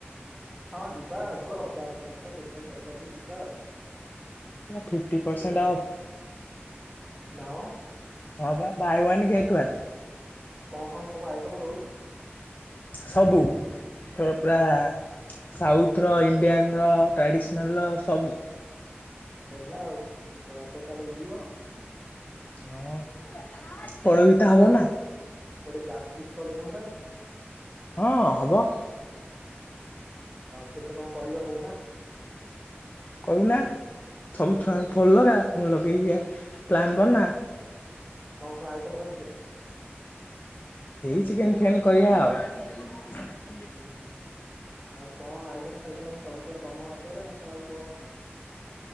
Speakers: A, in the centre; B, on the left (about 45°).
A: ହଁ ଯିବା ଆଉ ତ ରଜ ଆସିଲାଣି ତ ସେଇପାଇ ପଚାରିଲି ଯିବା ଆଉ।
B: ପୂରା ଫିଫ୍ଟି ପରସେଣ୍ଟ ଅ ଫ୍।
A: ନାଁମ।
B: ହଁ ବା ବାଇ ୱାନ୍ ଗେଟ ୱାନ୍।
A: କଣ କଣ ସବୁ ଆଇଟମ ରହୁଛି?
B: ସବୁ। ଏଥର ପୁରା ସାଉଥ୍ର ର ଇଣ୍ଡିଆନ୍ର ର ଟ୍ରାଡ଼ିସନାଲ୍ରର ସବୁ
A: ହେଲା ଆଉ ରଜ ତା ହେଲେ ଉଡିବ।
B: ହଁ ପଡ଼ ପିଠା ହବ
A: ଆଉ
B: ନା।
A: ଗୋଟେ ବ୍ୟାଚ ଫିଷ୍ଟ କଲେ ହୁଅନ୍ତାନି।
B: ହଁ ହବ।
A: ଆଉ କେତେ କଣ କରିବା କହୁନା?
B: କରୁନା ସବୁ ଛୁଆଙ୍କୁ ଫୋନ୍ ଲଗା ଫୋନ୍ ଲଗେଇକି ପ୍ଲାନ୍ ବର୍ନା।
A: କଣ କଣ ଆଇଟମ ରଖିବା?
B: ଏଇ ଚିକେନ୍ ଫିକେନ୍ କରିବା ଆଉ।
A: ଉହୁଁ ଆଉ କଣ ଆଇଟମ ଫାଇଟମ ସବୁ କୁ ତମ ହାତରେ ଆମେ ଆଉ କ